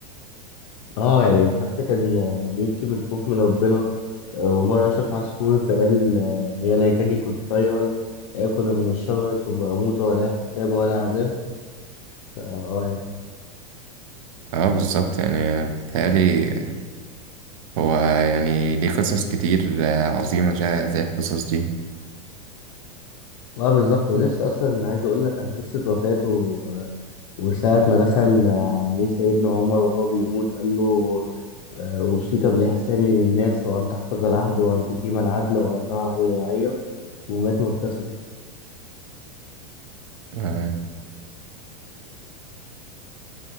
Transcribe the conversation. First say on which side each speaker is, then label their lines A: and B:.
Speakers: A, on the left; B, on the right.
A: اه يعني حتى كان بيبكي من الخوف من ربنا آه، ومرة شاف عصفور فقال آه، يا ليتني كنت طيرا آكل من الشجر ثم أموت ولا حساب ولا عذاب فا اه يعني
B: اه بالظبط يعني آه، بيتهيألي هو يعني ليه قصص كتير آه، عظيمة شا- زي القصص دي
A: اه بالظبط ولسه أصلا عايز أقول لك عن قصة وفاته آه، وساعة ما دخل عليه سيدنا عمر وهو بيموت قال له آه، أوصيك بالإحسان للناس وأن تحفظ العهد وأن تقيم العدل وأن ترعى الرعية ومات مبتسم
B: آه،